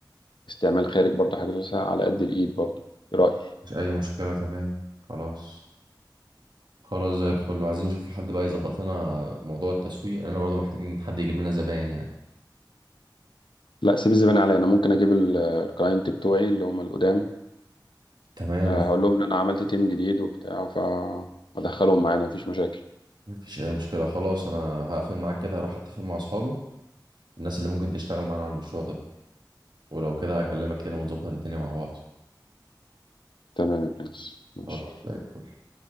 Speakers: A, on the left; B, on the right.
A: استعمال خارج برضه حاجه كويسة على قد الايد برضه ايه رايك
B: مفيش أي مشكلة تمام خلاص خلاص زي الفل وعايزين نشوف لحد بقى يظبط لنا موضوع التسويق لأننا برضو محتاجين حد يجيب لنا زباين يعني
A: لا سيب الزبالة عليا انا ممكن اجيب ال- الكلاينت بتوعي اللي هم القدام
B: تمام
A: آه،
B: مف-
A: هقول لهم ان انا عملت تيم جديد وبتاع فادخلهم معانا مفيش مشاكل
B: مفيش أي مشكلة خلاص أنا هقفل معاك كده هروح أتفق مع أصحابي الناس اللي ممكن تشتغل معانا على المشروع ده ولو كده هكلمك تاني ونظبط الدنيا مع بعض
A: تمام يا برنس ماشي
B: خلاص زي الفل